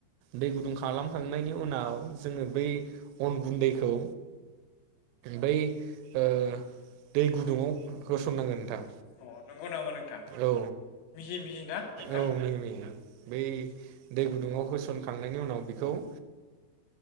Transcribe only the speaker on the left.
अ नंगौ नामा नोंथां
मिहि मिहि ना नोंथां